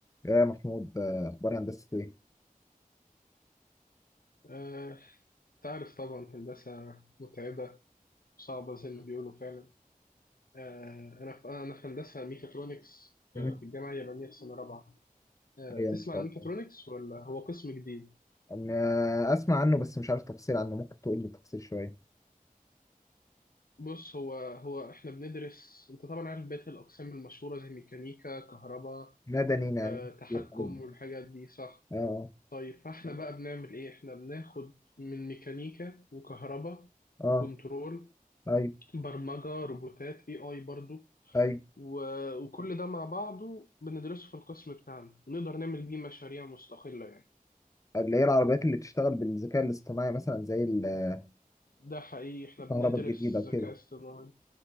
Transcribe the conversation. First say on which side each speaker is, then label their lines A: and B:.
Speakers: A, on the left; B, on the left.
A: يا محمود آه، اخبار هندسه ايه
B: آه، تعرف طبعا هندسة متعبة صعبة زي ما بيقولوا فعلا آه، أنا في أنا في هندسة ميكاترونكس
A: مم.
B: آه، في الجامعة اليابانية في سنة رابعة آه،
A: ايوه
B: تسمع
A: ان شاء
B: عن
A: الله
B: ميكاترونكس ولا هو قسم جديد؟
A: انا اسمع عنه بس مش عارف تفاصيل عنه ممكن تقول لي تفاصيل شويه
B: بص هو هو إحنا بندرس أنت طبعا عارف بقية الأقسام المشهورة زي ميكانيكا كهرباء
A: مدني يعني
B: آه، تحكم
A: إيه الحاجات دي؟
B: والحاجات دي صح؟
A: اه
B: طيب فإحنا بقى بنعمل إيه؟ إحنا بناخد من ميكانيكا وكهرباء
A: اه
B: وكنترول
A: اه ايوه
B: برمجة روبوتات اي اي برضو
A: ايوه
B: و- وكل ده مع بعضه بندرسه في القسم بتاعنا ونقدر نعمل بيه مشاريع مستقلة يعني
A: اللي هي العربيات اللي بتشتغل بالذكاء الاصطناعي مثلا زي ال-
B: ده حقيقي احنا والله
A: الكهرباء
B: بندرس
A: الجديده وكده
B: ذكاء اصطناعي